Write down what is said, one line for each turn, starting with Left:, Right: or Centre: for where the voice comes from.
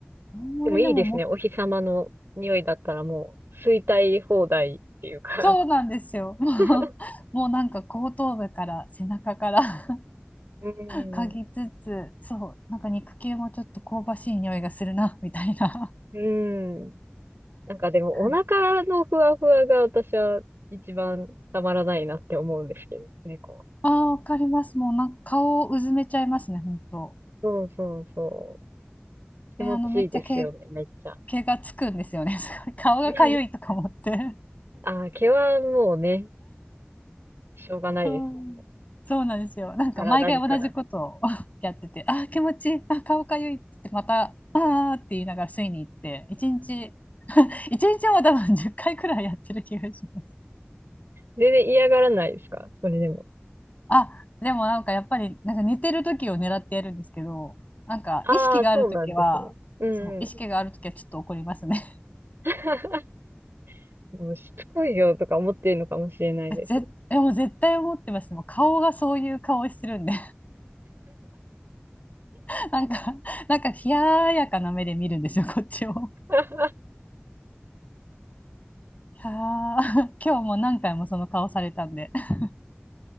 Left: あんまりでもも、
Right: でもいいですね。お日様の匂いだったらもう、吸いたい放題っていうか。
Left: そうなんですよ。<laughs> もう、
Right: <laughs>
Left: もうなんか後頭部から背中から <laughs>
Right: うん。
Left: 嗅ぎつつ、そう、なんか肉球もちょっと香ばしい匂いがするなみたいな
Right: うん。なんかでも、お腹のふわふわが私は一番たまらないなって思うんですけど、
Left: 感
Right: 猫は。
Left: ああ、わかります。もうなんか顔をうずめちゃいますね、本当。
Right: そうそうそう。気持ちいいですよね、
Left: で、あの、めっちゃ毛、
Right: めっちゃ。
Left: 毛がつくんですよね。<laughs> すごい。顔がかゆいとか思って。
Right: <laughs> あー、毛はもうね、しょうがないですね。
Left: そう、そうなんですよ。なんか毎回同じことを
Right: から何から。
Left: <laughs> やってて、あー気持ちいい、あー顔かゆいって言って、また、ああって言いながら吸いに行って、一日、<laughs> 一日も多分10回くらいやってる気がします。
Right: 全然嫌がらないですかそれでも。
Left: あ、でもなんかやっぱり、なんか寝てる時を狙ってやるんですけど、なんか意識がある時は、
Right: ああ、そうなんですね。うんうん。
Left: そう、意識がある時はちょっと怒りますね。
Right: <laughs> もうしつこいよとか思ってるのかもしれないです。
Left: え、ぜ、え、もう絶対思ってます。もう顔がそういう顔してるんで、<laughs> なんか、なんか冷ややかな目で見るんですよ、<laughs> こっちを。
Right: <laughs>
Left: いやー <laughs> 今日も何回もその顔されたんで。<laughs>